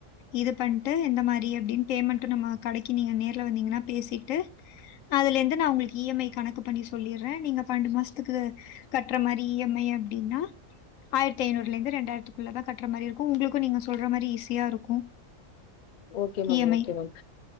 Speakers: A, on the left; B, on the left.
A: இது பண்ட்டு எந்த மாரி அப்டின் பேமண்ட்டு நம்ம கடைக்கு நீங்க நேர்ல வந்தீங்கன்னா பேசிட்டு அதுலேந்து நா உங்குளுக்கு இ எம் ஐ கணக்கு பண்ணி சொல்லீற நீங்க பன்னெண்டு மாசத்துக்கு கட்ற மாரி இ எம் ஐ அப்டின்னா ஆயிரத்தி ஐநூறுலேந்து ரெண்டாயிரத்துக் குள்ள தா கட்ற மாரி இருக்கும் உங்குளுக்கு நீங்க சொல்ற மாரி ஈஸியா இருக்கும்
B: okay ma'am
A: EMI.
B: Okay ma'am